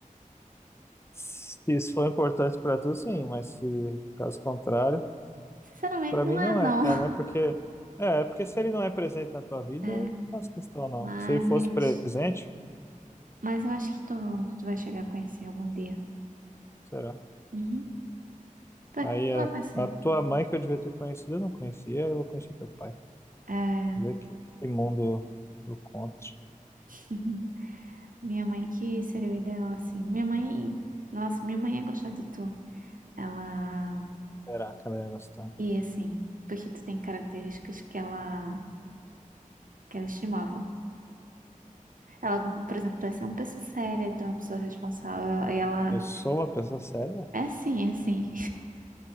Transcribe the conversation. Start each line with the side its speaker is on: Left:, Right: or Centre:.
Left: Se isso for importante pra tu, sim, mas se caso contrário.
Right: Sinceramente,
Left: Pra
Right: não
Left: mim não
Right: é, não.
Left: é, né?
Right: <laughs>
Left: Porque é, porque se ele não é presente na tua vida,
Right: É,
Left: eu não faço questão, não.
Right: mas.
Left: Se ele fosse presente,
Right: Mas eu acho que tu, tu vai chegar a conhecer algum dia.
Left: será?
Right: Uhum. Tu vai
Left: Aí
Right: tu
Left: a,
Right: vai conhecer.
Left: a tua mãe que eu devia ter conhecido, eu não conhecia, eu vou conhecer teu pai.
Right: É.
Left: Vê que que mundo do contra.
Right: <laughs> Minha mãe, que seria o ideal, assim. Minha mãe. Nossa, minha mãe ia gostar de tu. Ela.
Left: Será que ela ia gostar?
Right: E assim. Porque tu tem características que ela que ela estimava. Ela, por exemplo, tu é uma pessoa séria, tu é uma pessoa responsável, e ela
Left: Eu sou uma pessoa séria?
Right: é assim, é assim.